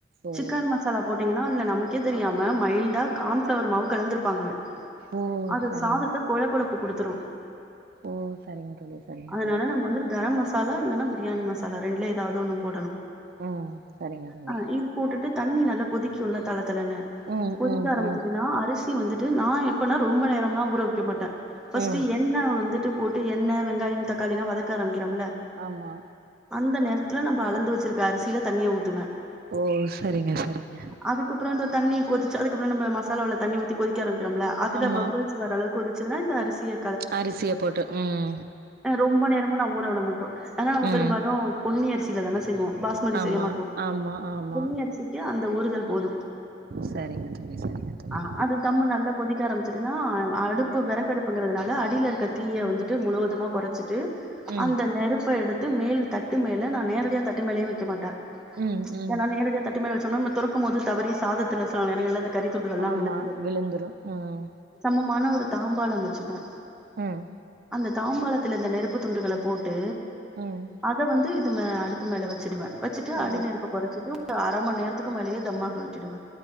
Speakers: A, on the right (about 55°); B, in the centre.
A: ஓ!
B: சிக்கன் மசாலா போட்டிங்கனா நமக்கே தெரியாமெ மைல்டா கான்ஃபிளவர் மாவு கலந்திருப்பாங்க
A: ஓ!
B: அது
A: சரிங்க.
B: சாதத்த கொழ கொழப்பு குடுத் துரு
A: ஓ சரிங்க தோழி, சரிங்க
B: அதனால
A: தோழி.
B: நம்ம வந்துடு கரம் மஸா சாலா இல்லனா பிரியாணி மசாலா ரெண்டுல ஏதாவது ஒன்னு போடணு
A: உம் சரிங்க தோழி
B: ஆ இது போட்டுட்டு தண்ணி நல்லா கொதிக்கும்ல தளத் தளன்னு
A: ம்,
B: கொதிக்க
A: ம்,
B: ஆரம்பிச்சதுனா
A: ம்,
B: அரிசி டீ வந்துட்டு நா எப்பனா ரொம்போ நேரம்லா ஊரவக்க மாட்டே ஃபர்ஸ்ட்டு
A: ம்.
B: எண்ணெ வந்து டு போட்டு எண்ணெ வெங்காயம் தக்காளிலா வதக்க ஆரம் கிரோம்ல
A: ஆமா.
B: அந்தநேரத் ல நம்ம அளந்து வச்சிருக்க அரிசில தண்ணிய ஊத்துவ
A: ஓ சரிங்க சரிங்க
B: அதுக்கப்புறோ இந்த தண்ணி கொதிச்சி அதுக்கப்பறோ நம்ம மசாலாவுல தண்ணி ஊத்தி கொதிக்கரம் க்ரம்லெ அதுல
A: ஆமா.
B: பபூள்ஸ் வர அளவுக்கு கொதிப் இதுல இந்த அரிசிய
A: அரிசிய போட்டு உம்
B: ஹ் ரொம்போ நேரமு நா ஊர உட மாட்டோ ஏனா நாம
A: ம்.
B: பெரும்பாலு பொன்னி அரிசில தான செய்வோ பாஸ்மதி
A: ஆமா,
B: செய்ய மாட்டோ
A: ஆமா, ஆமா.
B: பொன்னி அரிசிக்கு அந்த ஒரு போது
A: சரிங்க தோழி, சரிங்க தோழி.
B: ஆஹ் அது கம்முன் நல்லா கொதிக்க ஆரம்பி சிட்டுனா அடுப்பு வெறகடுப்புங்கிறதுனாலே அடில இருக்கத் தீய வந்துட்டு முழுவது த்தமா கொறச்சுட்டு
A: ம்,
B: அந்த நெருப்ப எடுத் மேல் தட்டு மேலே நா நேரடியா தட்டு மேலயு வைக்க மாட்டே
A: ம், ம்.
B: என்ன நேரடியாத்தட் மே வச்சோ நா தொறக்கும் போது தவறி சாதத்தில் சில நேரங்கள்ல அந்த கறித்துண்டுகல்லா
A: ஆமா
B: அ விழுந்துடு
A: விழுந்துரும். ம்.
B: சமமான ஒ து தாம்பாளம் வச்சுப்பே
A: உம்
B: அந்த தாம்பாளத்துல இந்த நெருப்பு துண்டுகள போட்டு
A: ம்.
B: அத வந்து இ மே அடுப்பு மேலே வச்சிடுவே வச்சுட்டு
A: ஓ!
B: அடி நெருப்பு கொறைச்சுட்டு <unintelligible> அர மண் நேரத்துக்கு மேலேயே தம்மாக விட்டுடுவே